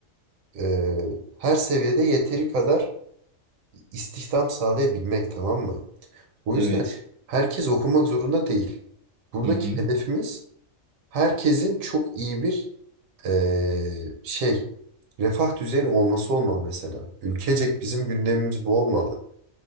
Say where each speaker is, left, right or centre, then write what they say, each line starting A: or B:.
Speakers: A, on the right; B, on the right.
A: e, her seviyede yeteri kadar istihdam sağlayabilmek tamam mı? O
B: Evet.
A: yüzden herkes okumak zorunda değil. Buradaki
B: Hı hı.
A: hedefimiz herkesin çok iyi bir e, şey refah düzeyinin olması olmalı mesela. Ülkecek bizim gündemimiz bu olmalı.